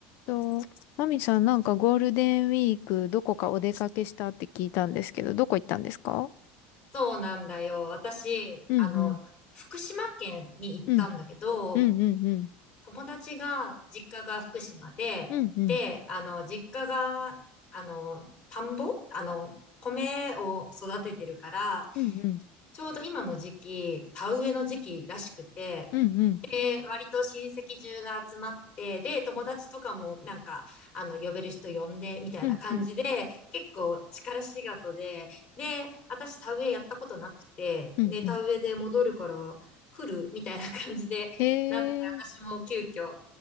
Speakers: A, on the left; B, on the left.
A: と、マミさん、なんかゴールデンウィーク、どこかお出かけしたって聞いたんですけど、どこ行ったんですか
B: そうなんだよ。私、
A: うんうん。
B: あの、福島県に行ったんだけど、
A: うん。うんうんうん。
B: 友達が、実家が福島で、
A: うんうん。
B: で、あの、実家が、あの、田んぼあの、米を育ててるから、
A: うんうん。
B: ちょうど今の時期、田植えの時期らしくて、
A: うんうん。
B: で、割と親戚中が集まって、で、友達とかもなんか、あの、呼べる人呼んで、みたいな感じで、
A: うんうん。
B: 結構力仕事で、で、私田植えやったことなくて、
A: うんうん。
B: で、田植えで戻るから来るみたいな感じでなって、
A: えー、
B: 私も急遽